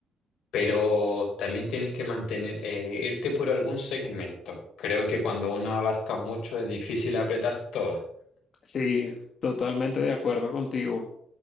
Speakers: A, on the left; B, on the left.
A: pero también tienes que mantener, eh, irte por algún segmento. Creo que cuando uno abarca mucho es difícil apretar todo.
B: sí, totalmente de acuerdo contigo.